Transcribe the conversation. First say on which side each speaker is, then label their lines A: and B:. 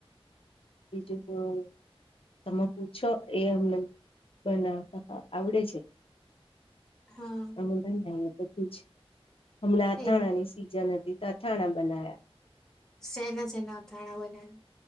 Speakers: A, on the left; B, in the centre.
A: બીજું તો તમે પૂછો એ અમને બનાવતા આવડે છે
B: હા
A: હમ બધું જ હમણાં અથાણાની
B: એ
A: સીઝન હતી ત અથણા બનાયા
B: સેના સેના અથાણા બનાયા